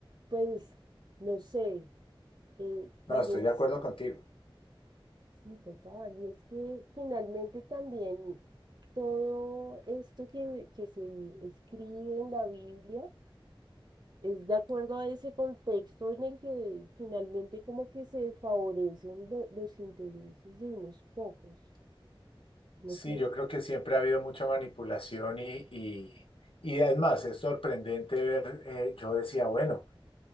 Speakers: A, on the right (about 50°); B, on the left (about 80°).
A: pues, no sé, eh, también
B: No, estoy de
A: s-
B: acuerdo contigo.
A: Sí, total, y es que finalmente también todo esto que, que se escribe en la Biblia es de acuerdo a ese contexto en el que finalmente como que se favorecen lo- los intereses de unos pocos.
B: Sí,
A: No sé,
B: yo creo que siempre ha habido mucha manipulación y, y, y es más, es sorprendente ver, eh, yo decía, bueno.